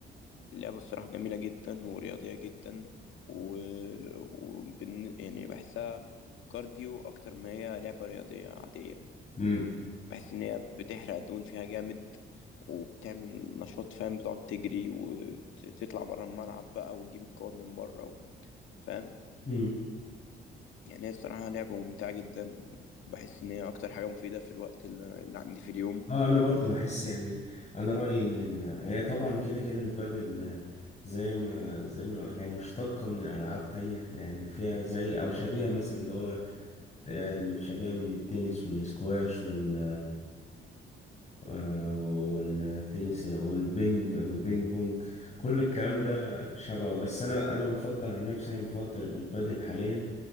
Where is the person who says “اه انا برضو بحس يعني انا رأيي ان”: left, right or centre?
Left